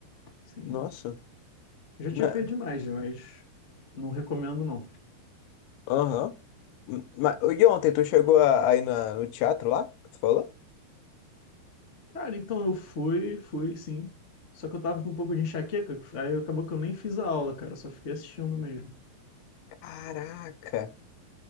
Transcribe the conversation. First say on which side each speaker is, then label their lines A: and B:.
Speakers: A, on the left; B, on the left.
A: Sim.
B: Nossa.
A: Eu
B: Ma-
A: já tinha feito demais, né? mas não recomendo, não.
B: Aham. Ma- E ontem, tu chegou a- aí na- no teatro lá? que Tu falou?
A: Cara, então eu fui, fui sim. Só que eu tava com um pouco de enxaqueca, aí acabou que eu nem fiz a aula, cara, só fiquei assistindo mesmo.
B: Caraca.